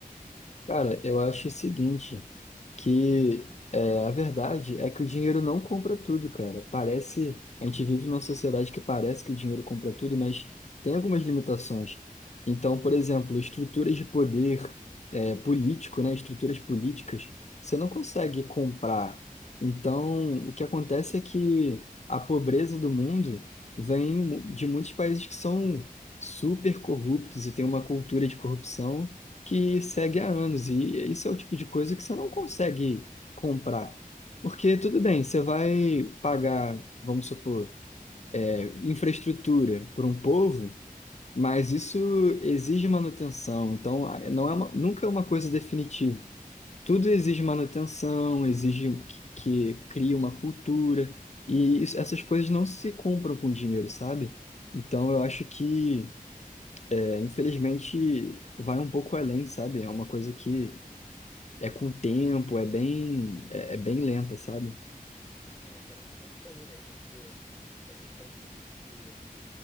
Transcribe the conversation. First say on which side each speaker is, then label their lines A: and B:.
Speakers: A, on the left; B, on the left.
A: Cara, eu acho o seguinte, que é, a verdade é que o dinheiro não compra tudo, cara. Parece, a gente vive numa sociedade que parece que o dinheiro compra tudo, mas tem algumas limitações. Então, por exemplo, estruturas de poder é, político, né, estruturas políticas, você não consegue comprar. Então, o que acontece é que a pobreza do mundo vem de muitos países que são super corruptos e tem uma cultura de corrupção que segue há anos. E isso é o tipo de coisa que você não consegue comprar. Porque, tudo bem, você vai pagar, vamos supor, é, infraestrutura para um povo, mas isso exige manutenção. Então, a- não é uma- nunca é uma coisa definitiva. Tudo exige manutenção, exige que, que crie uma cultura. E isso- essas coisas não se compram com dinheiro, sabe? Então, eu acho que, é, infelizmente, vai um pouco além, sabe? É uma coisa que é com o tempo, é bem, é, é bem lenta, sabe?
B: É, cara, não tem o que fazer mesmo, tipo, essa questão de, de, de